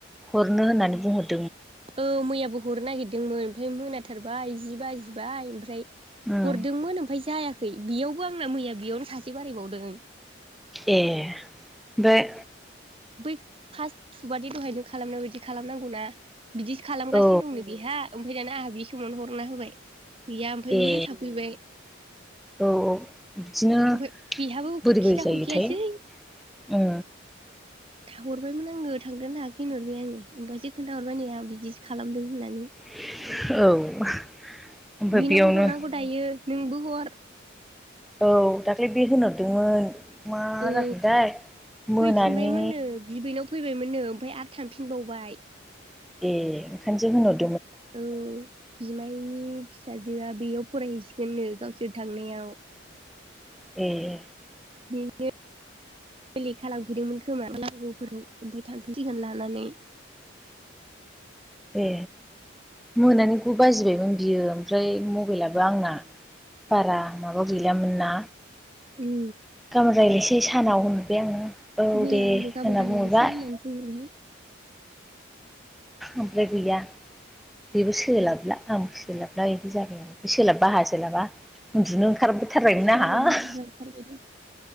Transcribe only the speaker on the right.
औ मैयाबो हरनो नागिरद दोंमोन ओमफ्राय मोनाथारबाय जि बाजिबाय ओमफ्राय
हरदोंमोन ओमफाय जायाखै। खै बियावबो आंना मैया बियावनो सासे बारायबावदों ।
बै फास्त थुबानि दहाय नों खालामनाय बायदि खालामनांगौ ना। बिदिसो खालामगासिनो
दंनो बेहा । ओमफाय दाना आंहा बि समावनो हरना होबाय । गैया ओमफाय ओरैनो
थाफैबाय
ओमफाय बेहाबो
खिथा
हरखायासै
थाहरबायमोन आङो थांदोंना थांङाखै होनहरबाय आङो। ओमफायसो खोनथा हरबाय ने आ बिदिसो खालामदों होननानै ।
बिनावबो
हरनांगौ दायो। नोंबो हर।
औ
फैफिनबायमोननो बिबैनाव फैबायमोननो ओमफ्राय आरो थांफिनबावबाय ।
औ बिमायनि फिसाजो जोआ बेयाव फरायहैसिगोननो गावसोर थांनायाव ।
<unintelligible> लि खालामफैदोंमोन खोमा नांगौफोरखौ ओमफ्राय थांफिनसिगोना नानि।
उम
मैया
आंबो गाबोन
रायज्लायनोसै
होननानै बुंहरहाय
मानसिफोरा
बुरजा बुरजा जाथारबाय